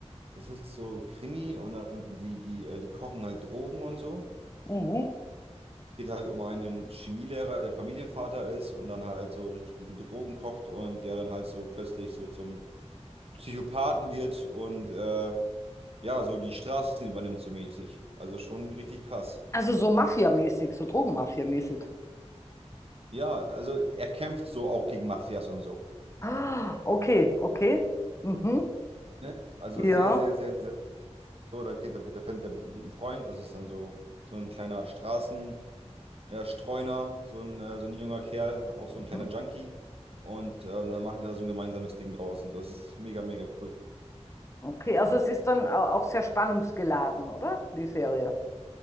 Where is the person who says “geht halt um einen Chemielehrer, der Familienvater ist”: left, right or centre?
Right